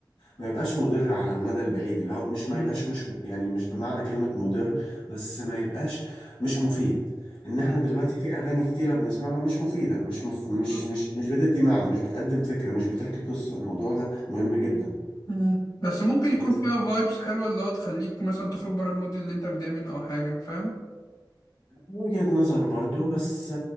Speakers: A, on the left; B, on the left.
A: ما يبقاش مضر على المدى البعيد اللي هو مش ما
B: مم.
A: يبقاش مش يعني مش بمعنى كلمة مضر بس ما يبقاش مش مفيد ان
B: مم.
A: احنا دلوقتي في اغاني كتيره بنسمعها مش مفيده مش مف...
B: بالظبط
A: مش مش مش بتدي معنى مش بتقدم فكره مش بتحكي قصه الموضوع ده مهم جدا
B: مم. بس ممكن يكون
A: بس
B: فيها فايبس حلوه اللي هو تخليك مثلا تخرج بره المود اللي انت متضايق منه او حاجه فاهم
A: وجهة نظر برضو
B: مم.
A: بس